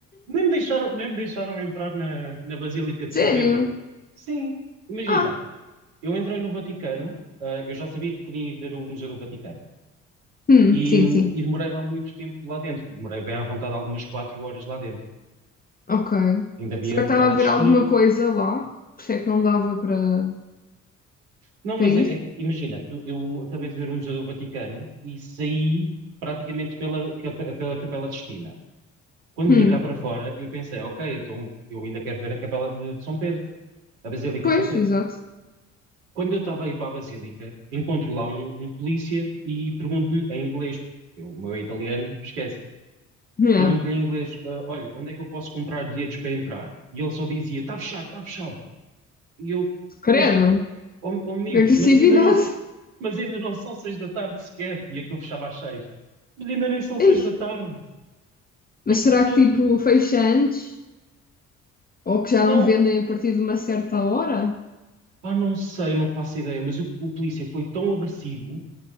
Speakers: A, on the right; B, on the left.
A: Nem me deixaram, nem me deixaram entrar na, na Basílica de
B: <laughs> Sério?
A: São Pedro. Sim, imagina.
B: Ah,
A: Eu entrei no Vaticano, ah, eu já sabia que queria ir ver o Museu do Vaticano.
B: hum,
A: E,
B: sim, sim.
A: e demorei lá muito tempo lá dentro. Demorei bem à vontade algumas quatro horas lá dentro.
B: Ok.
A: Ainda havia
B: Será
A: a Capela
B: que estava a
A: Sistina.
B: ver alguma coisa lá? Por isso é que não dava para
A: Não,
B: para
A: mas
B: ir?
A: é, é- imagina, tu- eu acabei de ver o Museu do Vaticano e saí praticamente pela, capa- pela Capela Sistina. Quando
B: Hum,
A: vim cá para fora, eu pensei, ok, então eu ainda quero ver a Capela de, de São Pedro, a Basílica
B: pois,
A: de São Pedro.
B: exato.
A: Quando eu estava a ir para a Basílica, encontro lá um, um polícia e pergunto-lhe em inglês, porque o meu italiano esquece.
B: Yeah.
A: Pergunto-lhe em inglês, "Ah, olha, onde é que eu posso comprar bilhetes para entrar? E ele só dizia, está fechado, está fechado. E eu,
B: Credo,
A: mas, ó ó, amigo,
B: que agressividade.
A: mas ainda não, se- mas ainda não são seis da tarde sequer. E aquilo fechava às seis. Mas ainda nem são seis
B: <laughs> Ei,
A: da tarde. Eu
B: mas será
A: só,
B: que tipo fecha antes? Ou que já
A: não,
B: não vendem a partir de uma certa hora?
A: pá, não sei, não faço ideia, mas o, o polícia foi tão agressivo